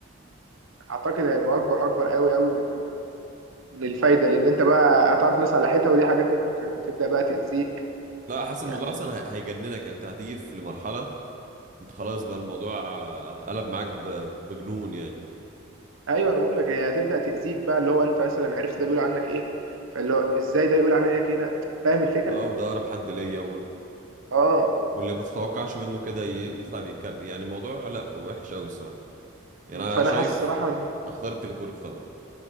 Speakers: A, on the right; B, on the right.
A: اعتقد هيبقى اكبر اكبر قوي قوي من من الفايده لان انت بقى هتعرف ناس على حيطه ودي حاجات ممكن ت- تبدا بقى تاذيك
B: لا حاسس
A: يعني
B: الموضوع اصلا هي- هيجننك يعني، انت هتيجي في لمرحلة انت خلاص بقى الموضوع آه، قلب معاك ب- بجنون يعني
A: ايوه انا بقول لك هي هتبدا تاذيك بقى اللي هو انت مثلا عرفت ده بيقول عنك ايه فاللي هو ازاي ده يقول عليا كده فاهم الفكره؟
B: اه وده اقرب حد ليا
A: اه
B: واللي ما تتوقعش منه كده ي- يطلع بيتكلم يعني الموضوع لا وحش قوي الصراحه يعني انا
A: فانا
B: شايف
A: حاسس صراحه
B: اختار التليبورت طبعا